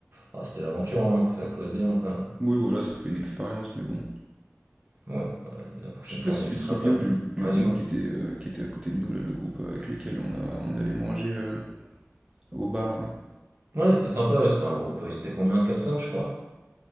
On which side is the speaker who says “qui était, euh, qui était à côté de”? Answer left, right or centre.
Right